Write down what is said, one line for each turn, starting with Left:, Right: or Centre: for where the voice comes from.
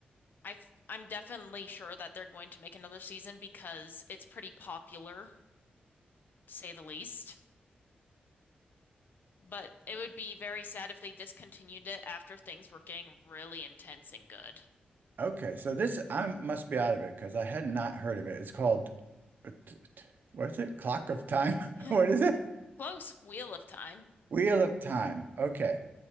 Left: I th I'm definitely sure that they're going to make another season because it's pretty popular, to say the least. But it would be very sad if they discontinued it after things were getting really intense and good.
Right: Okay, so this I must be out of it because I had not heard of it. It's called uh, t- t- what is it? Clock of Time? <laughs>
Left: <laughs>
Right: What is it?
Left: Close, Wheel of Time.
Right: Wheel of Time. Okay,